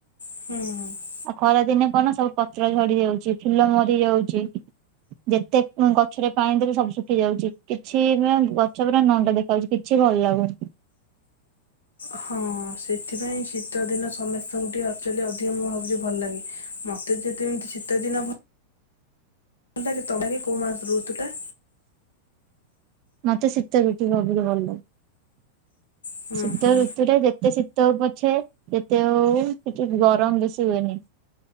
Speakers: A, on the left; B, on the right.
A: ହୁଁଁ।
B: ଆଉ ଖରା ଦିନେ କଣ ସବୁ ପତ୍ର ଝଡି ଯାଉଚି ଫୁଲ ମରି ଯାଉଚି। ଯେତେ ଉଁ ଗଛରେ ପାଣି ଦେଲେ ସବୁ ଶୁଖି ଯାଉଚି କିଛି ନୁହେଁ ଗଛ ପୁରା ନ ନା ଦେଖାହଉଚି କିଛି ଭଲ ଲାଗୁନି।
A: ହଁ ସେଥିପାଇଁ ଶୀତ ଦିନ ସମେସ୍ତଙ୍କୁ ଟିକେ ଅକ୍ଚୁଅଲି ଅଧିକ ମୁଁ ଭାବୁଚି ଭଲ ଲାଗେ ମତେ ସେଥିପାଇଁ ତ ଶୀତ ଦିନ ଭ ଅଲାଗେ ତମେ ବି କୋଉ ମା ଋତୁଟା?
B: ମତେ ଶୀତ ଋତୁ ସବୁଠୁ ଭଲ।
A: ହୁଁ
B: ଶୀତ
A: ହୁଁ
B: ଋତୁରେ ଯେତେ ଶୀ ତ ହୋଉ ପଛେ ଯେତେ ହୋଉ କିତୁ ଗରମ ବେଶୀ ହୁଏନି।